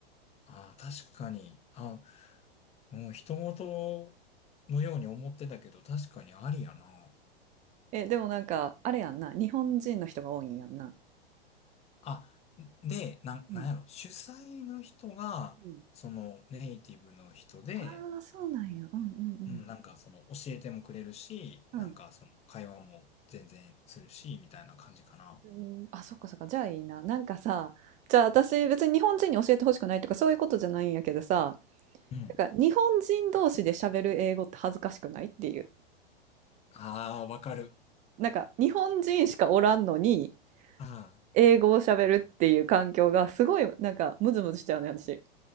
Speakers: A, on the left; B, on the right.
A: ああ、確かに。あ、うん、人事のように思ってたけど、確かにありやな。
B: え、でもなんか、あれやんな。日本人の人が多いんやんな。
A: あ、で、なん、
B: うん。
A: なんやろ、主催の人が、
B: うん。
A: そのネイティブの人で、
B: ああ、そうなんや。うんうんうん。
A: うん、なんかその教えてもくれるし、なんかその会話も全然するし、
B: うん。
A: みたいな感じかな。
B: うん、あ、そっかそっか、じゃあいいな。なんかさ、じゃあ私別に日本人に教えてほしくないとかそういうことじゃないんやけどさ、
A: うん。
B: なんか日本人同士で喋る英語って恥ずかしくないっていう。
A: ああ、わかる。
B: なんか日本人しかおらんのに
A: あ
B: 英語を喋るっていう環境がすごいなんかムズムズしちゃうね、私。